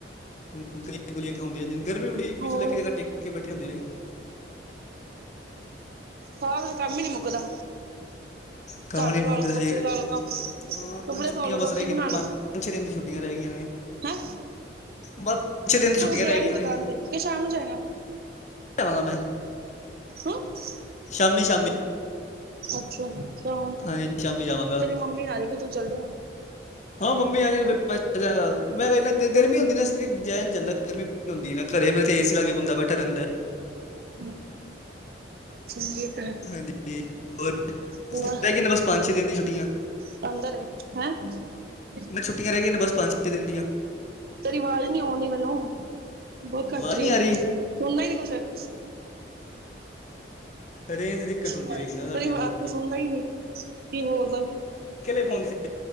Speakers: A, on the left; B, on the right.
A: ਗਲੀਆਂ- ਗਲੀਆਂ ਕੇ ਆਉਦੀ ਹੰਦੀ ਗਰਮੀ ਬੜੀ ਵੀ
B: ਹੋਰ
A: ਚ' ਲੈ ਕੇ ਜਗ੍ਹਾ ਟੇਕ ਕੇ ਬੈਠੇ ਹੁੰਦੇ ਨੇ।
B: ਹੋ ਕੰਮ ਹੀ ਨੀ ਮੁੱਕਦਾ।
A: ਕੰਮ
B: ਝਾੜੂ
A: ਨਹੀਂ ਮੁੱਕਦਾ
B: ਲਾ ਲੋ, ਪੋਚੇ
A: ਸਹੀ
B: ਲਾ ਲੋ, ਤਾਂ
A: ਹਾਂ,
B: ਕੱਪੜੇ
A: ਛੁੱਟੀਆਂ
B: ਪਾ ਲੋ,
A: ਬਸ
B: ਰੋਟੀ
A: ਰਹਿ ਗਈਆਂ
B: ਬਣਾ
A: ਨੇ
B: ਲਾ
A: ਪੰਜ
B: ਲੋ।
A: ਪੰਜ- ਛੇ ਦਿਨ ਦੀ ਛੁੱਟੀਆਂ ਰਹਿਈਆਂ ਨੇ।
B: ਹੈਂ
A: ਬਸ ਛੇ ਦਿਨ ਦੀ
B: ਤੂੰ
A: ਛੁੱਟੀਆਂ
B: ਗਿਆ
A: ਰਹਿ ਗਈਆਂ
B: ਨੀ ਦੁਕਾਨ
A: ਨੇ।
B: ਤੇ ਕਿ ਸ਼ਾਮ ਨੂੰ ਜਾਏਗਾ
A: ਵਾਂ ਮੈਂ।
B: ਸੁਣਸ਼।
A: ਸ਼ਾਮੀ- ਸ਼ਾਮੀ।
B: ਅੱਛਾ- ਅੱਛਾ
A: ਹਾਂਜੀ ਸ਼ਾਮੀ ਜਾਵਾਂਗਾ
B: ਤੇਰੀ ਮੰਮੀ ਆ ਜਾਗੀ, ਤੂੰ ਚੱਲਜੇਗਾ।
A: ਹਾਂ, ਮੰਮੀ ਮੈਂ, ਆਜੇਗੀ ਤੇ ਮੈਂ ਚੱਲ ਗਾ, ਗਰਮੀ ਹੁੰਦੀ ਨਾ ਜਾ ਨ ਜਾਂਦਾ। ਗਰਮੀ ਹੁੰਦੀ ਨਾ। ਘਰੇ ਫਿਰ ਏ ਸੀ ਲਾ ਕੇ ਬੈਠਾ ਰਹਿੰਦਾ।
B: ਹਮ <inaudible> ਚਾਲਿਐ ਘਰ।
A: ਹਾਂਜੀ। ਹੋਰ
B: ਹੋ
A: ਰਹਿ ਗਈਆਂ ਨੇ ਬਸ ਪੰਜ ਛੇ ਦਿਨ ਦੀ ਛੁੱਟੀਆਂ
B: ਪੰੰਦਰੇ ਹੈਂ <unintelligible>
A: ਮੈਨੂੰ ਛੱਟੀਆਂ ਰ ਗਈ ਨੇ ਬ ਪੰਜ ਛੇ ਦਿਨ ਦੀਆਂ।
B: ਤੇਰੀਵਾਜ਼ ਹੀ ਨਹੀਂ ਆਉਣ ਦੀ ਮੈਨੂੰ ਬਹੁਤ
A: ਆਵਾਜ਼
B: ਘੱਟ ਰਹੀ
A: ਨਹੀਂ
B: ਹੈ।
A: ਆ
B: ਫਦਾਈ ਨ ਕੁ ਸਰ
A: ਰੇਂਜ ਦਿੱਕਤ
B: ਤੇਰੀ
A: ਹੁੰਦੀ ਹੋਏਗੀ ਨਾ ਸਾਡੀ
B: ਆਵਾਜ਼
A: ਉੱਧਰ
B: ਤਾਂ ਸੁਣਦਾ ਹੀ ਨੀ ਕੀ ਬੋਲਦਾ।
A: ਕਿਲੇ ਫਉਦੀ ਸੀ <unintelligible>